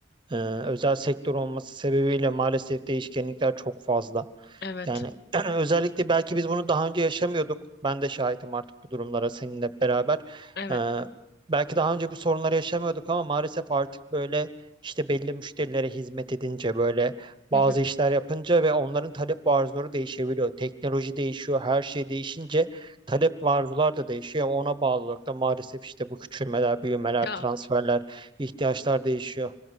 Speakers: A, on the right (about 25°); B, on the left (about 55°).
A: e, özel sektör olması sebebiyle maalesef değişkenlikler çok fazla.
B: Evet.
A: Yani <clears throat> özellikle belki biz bunu daha önce yaşamıyorduk. Ben de şahitim artık bu durumlara seninle beraber.
B: Evet.
A: Ee, belki daha önce bu sorunları yaşamıyorduk ama maalesef artık böyle işte belli müşterilere hizmet edince böyle bazı
B: Hı hı.
A: işler yapınca ve onların talep ve arzuları değişebiliyor. Teknoloji değişiyor, her şey değişince talep ve arzular da değişiyor. Ona bağlı olarak da maalesef işte bu küçülmeler, büyümeler,
B: Ya
A: transferler, ihtiyaçlar değişiyor.